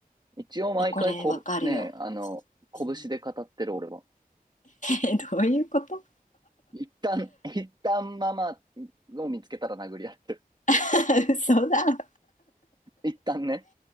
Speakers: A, on the right; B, on the left.
A: 一応毎回こぶ、
B: いやこれわかるよ、
A: ね、あの、
B: うん
A: 拳で語ってる俺は。
B: え <laughs> どういうこと
A: 一旦、一旦ママを見つけたら殴り合ってる。
B: <laughs> 嘘だ
A: 一旦ね、